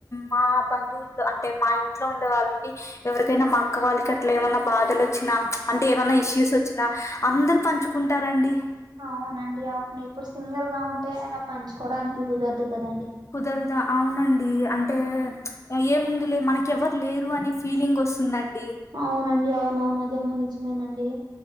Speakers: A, on the left; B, on the right.
A: మా బంధువులులో అంటే మా ఇంట్లో ఉండే వాళ్ళకి ఎవరికైనా మా అక్క వాళ్లకట్లా ఏమన్నా బాధలొచ్చినా అంటే ఏవన్నా ఇష్యూస్ వచ్చినా అందరు పంచు కుంటారండి
B: అవునండి అవును, ఇప్పుడు సింగల్ గా ఉంటే అలా పంచుకోవడానికి గుదర్దు కదండి
A: కుదరద అవునండి అంటే ప్చ్ ఏముందిలే మనకెవ్వరు లేరు అని ఫీలింగ్ వస్తుందండి
B: అవునండి అవును అవును అదేమో నిజమేనండి